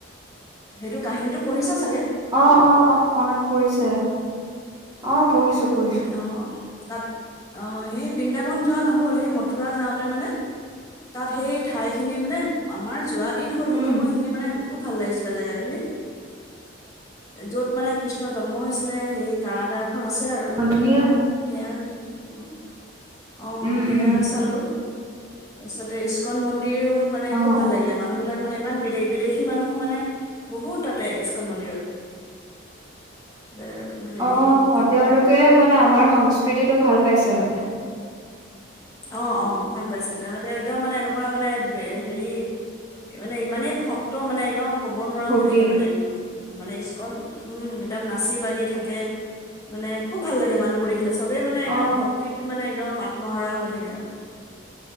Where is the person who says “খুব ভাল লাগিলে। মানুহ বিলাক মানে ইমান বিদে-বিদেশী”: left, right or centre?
Left